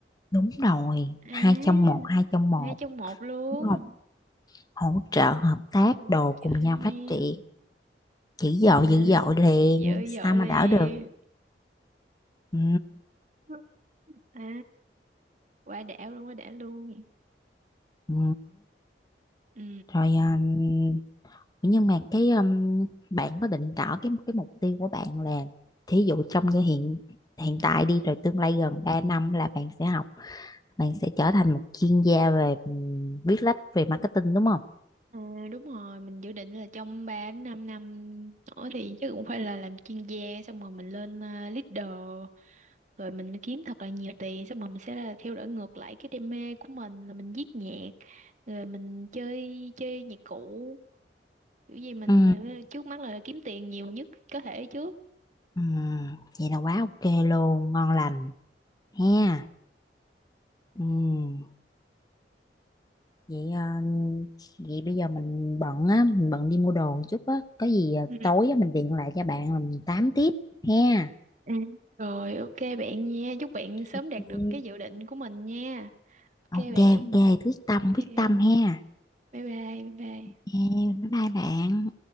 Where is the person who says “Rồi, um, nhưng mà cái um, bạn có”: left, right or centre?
Left